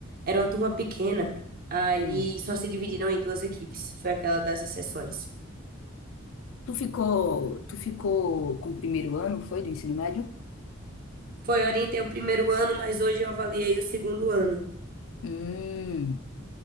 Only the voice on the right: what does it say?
era uma turma pequena, aí
só se dividiram em duas equipes, foi aquela das exceções.
Foi, eu orientei o primeiro ano, mas hoje eu avaliei o segundo ano.